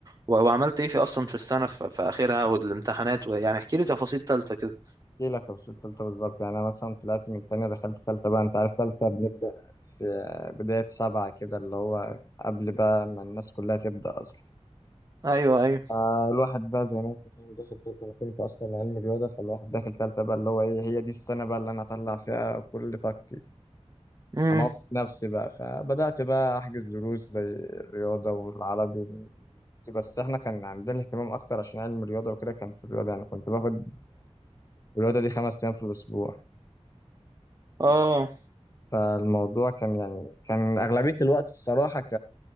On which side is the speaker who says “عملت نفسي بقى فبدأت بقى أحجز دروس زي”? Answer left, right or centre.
Left